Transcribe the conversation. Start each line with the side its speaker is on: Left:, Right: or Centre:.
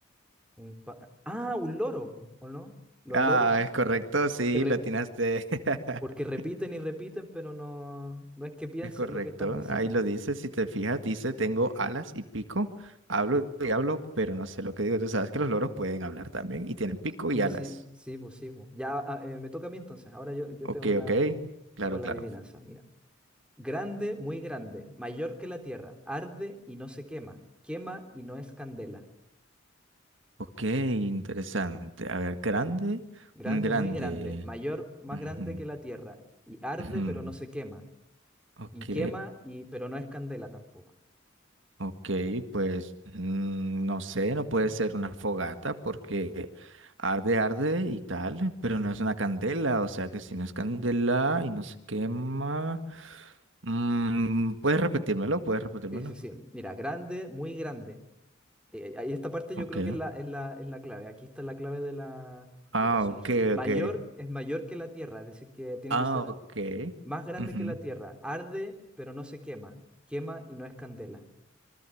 Centre: un pa- ah, un loro, pu, ¿o no? Los
Right: Ah,
Centre: loros,
Right: es correcto, sí,
Centre: porque re-
Right: latinaste. <laughs>
Centre: Porque repiten y repiten, pero no, no es que piensen
Right: Es correcto,
Centre: lo que están diciendo.
Right: ahí lo dice, si te fijas, dice, tengo alas y pico, hablo y hablo, pero no sé lo que digo, tú sabes que los loros pueden hablar también y tienen pico y
Centre: Sí,
Right: alas.
Centre: sí, sí, pues sí, pues. Ya ah, eh, me toca a mí entonces. Ahora yo, yo
Right: Ok,
Centre: tengo la,
Right: ok, claro,
Centre: tengo la
Right: claro.
Centre: adivinanza. Mira. Grande, muy grande, mayor que la tierra, arde y no se quema, quema y no es candela.
Right: Ok, interesante. A ver, grande,
Centre: Grande,
Right: muy grande.
Centre: muy grande, mayor, más
Right: Ujú,
Centre: grande que la tierra, y arde
Right: ujú.
Centre: pero no se quema,
Right: Ok,
Centre: y quema y pero no es candela tampoco.
Right: Ok, pues mm, no sé, no puede ser una fogata porque arde, arde y tal, pero no es una candela, o sea que si no es candela y no se quema, mm, puedes repetírmelo, puedes repetírmelo.
Centre: Sí, sí, sí. Mira, grande, muy grande, Eh, ahí esta parte
Right: Ok,
Centre: yo creo que es la, es la, es la clave. Aquí está la clave de la,
Right: ah,
Centre: de la solución.
Right: ok,
Centre: Mayor
Right: ok,
Centre: es mayor que la Tierra, es decir, que tiene
Right: ah,
Centre: que ser
Right: ok.
Centre: más grande
Right: ujú.
Centre: que la Tierra. Arde, pero no se quema. Quema y no es candela.